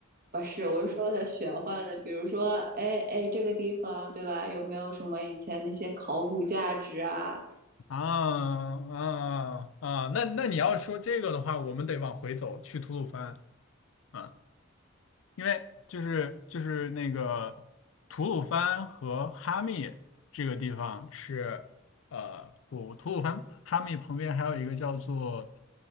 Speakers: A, on the right (about 45°); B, on the left (about 70°).
A: 不是，我是说的玄幻的，比如说，哎哎，这个地方对吧？有没有什么以前那些考古价值啊？
B: 啊啊啊！啊那那你要说这个的话，我们得往回走，去吐鲁番啊。因为就是就是那个吐鲁番和哈密这个地方是呃不吐鲁番哈密旁边还有一个叫做